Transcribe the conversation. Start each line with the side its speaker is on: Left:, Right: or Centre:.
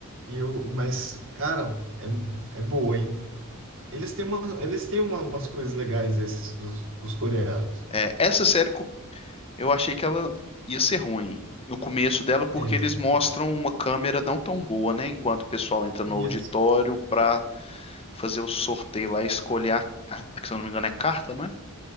Right: e eu, mas cara, é, é boa, hein? Eles têm uma, eles têm uma- umas coisas legais esses dos, dos coreanos.
Left: É, essa série, co- eu achei que ela ia ser ruim no começo dela, porque
Right: É.
Left: eles mostram uma câmera não tão boa, né? Enquanto o pessoal entra no
Right: Isso.
Left: auditório pra fazer o sorteio lá, escolher a, a- que se eu não me engano é carta, não é?